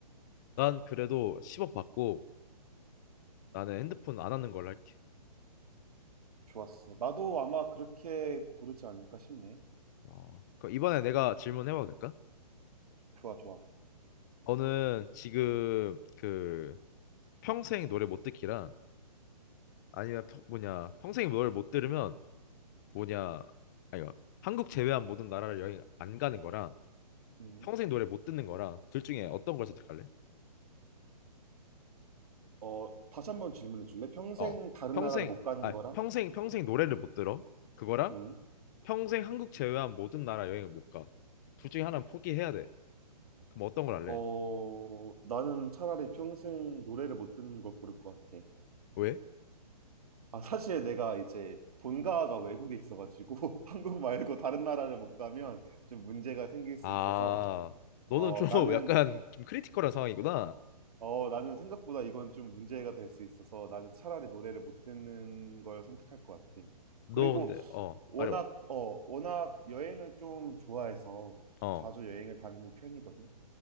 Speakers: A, on the left (about 25°); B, on the right (about 60°).
A: 난 그래도 10억 받고 나는 핸드폰 안 하는 걸로 할게.
B: 좋았어. 나도 아마 그렇게 고르지 않을까 싶네.
A: 어, 그럼 이번에 내가 질문해봐도 될까?
B: 좋아, 좋아.
A: 너는 지금 그 평생 노래 못 듣기랑 아니면 평- 뭐냐 평생 뭘 못 들으면 뭐냐 아니 한국 제외한 모든 나라를 여행 안 가는 거랑
B: 음.
A: 평생 노래 못 듣는 거랑 둘 중에 어떤 걸 선택할래?
B: 어, 다시 한 번 질문해 줄래? 평생
A: 어
B: 다른
A: 평생
B: 나라를 못 가는
A: 아
B: 거랑?
A: 평생 평생 노래를 못 들어 그거랑
B: 음.
A: 평생 한국 제외한 모든 나라 여행을 못 가 둘 중에 하나는 포기해야 돼 그럼 어떤 걸 할래?
B: 어, 나는 차라리 평생 노래를 못 듣는 걸 고를 것 같아.
A: 왜?
B: 아, 사실 내가 이제 본가가 외국에 있어가지고 <laughs> 한국 말고 다른 나라를 못 가면 좀 문제가 생길 수
A: 아
B: 있어서 어,
A: 너는 좀 <laughs>
B: 나는
A: 약간 좀 크리티컬한 상황이구나
B: 어, 나는 생각보다 이건 좀 문제가 될 수 있어서 나는 차라리 노래를 못 듣는 걸 선택할 것 같아.
A: 너
B: 그리고
A: 근데 어
B: 워낙
A: 말해봐
B: 어 워낙 여행을 좀 좋아해서 좀
A: 어
B: 자주 여행을 다니는 편이거든.